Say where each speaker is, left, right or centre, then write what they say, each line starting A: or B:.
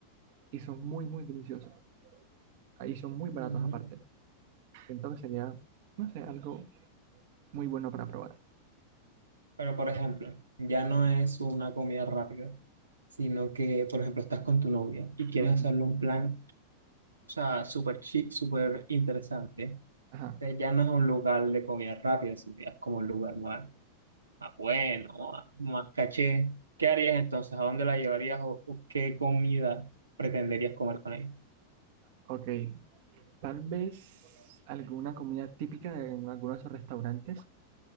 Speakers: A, on the right; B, on the right.
A: y son muy, muy deliciosos. Ahí son muy baratos
B: Ujú.
A: aparte. Siento que sería, no sé, algo muy bueno para probar.
B: Pero, por ejemplo, ya no es una comida rápida, sino que, por ejemplo, estás con tu novia y quieres
A: Ujú.
B: hacerle un plan, o sea, súper chic, súper interesante.
A: Ajá,
B: Entonces, ya no es un lugar de comida rápida, sino ya es como un lugar más, más bueno, más, más caché. ¿Qué harías entonces? ¿A dónde la llevarías o, o qué comida pretenderías comer con ella?
A: ok. Tal vez alguna comida típica de- en algunos restaurantes